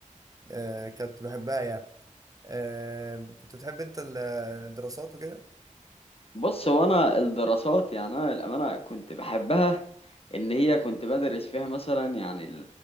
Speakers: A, on the right; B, on the left.
A: آه، كنت بحبها يعني آه، كنت بتحب انت ال- الدراسات وكده
B: بص هو أنا الدراسات يعني أنا للأمانة كنت بحبها إن هي كنت بدرس فيها مثلا يعني